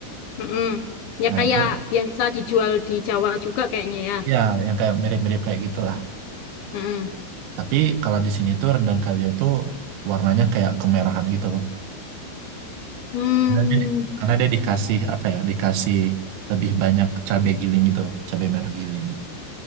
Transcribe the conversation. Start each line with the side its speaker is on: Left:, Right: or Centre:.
Left: Mm-mm. Ya
Right: Nah,
Left: kayak
Right: itu
Left: biasa dijual di Jawa juga kayaknya ya.
Right: ya yang kayak mirip-mirip kayak gitulah.
Left: Mm-mm.
Right: Tapi kalau di sini tuh rendang kalio itu warnanya kayak kemerahan gitu.
Left: Hmm.
Right: Karena dia, di- karena dia dikasih apa ya? Dikasih lebih banyak cabai giling gitu, cabai merah giling.